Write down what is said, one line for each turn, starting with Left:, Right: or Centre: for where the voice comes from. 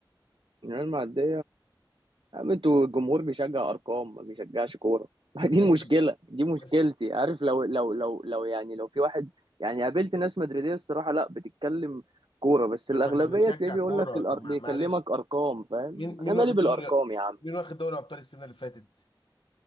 Right: الريال معديه يا عم انتوا الجمهور بيشجع ارقام ما بيشجعش كوره <laughs> دي
Left: بس
Right: المشكله دي مشكلتي
Left: بس
Right: عارف لو لو لو لو يعني لو في واحد يعني قابلت ناس مدريديه الصراحه لا بتتكلم كوره بس
Left: طب
Right: الاغلبيه
Left: ما احنا بنشجع
Right: تلاقيه بيقول
Left: كورة
Right: لك الأر...
Left: طب مع-
Right: بيكلمك
Left: معلش
Right: ارقام فاهم
Left: مين
Right: انا
Left: مين
Right: مالي
Left: واخد
Right: بالارقام
Left: دوري
Right: يا عم
Left: مين واخد دوري ابطال السنه اللي فاتت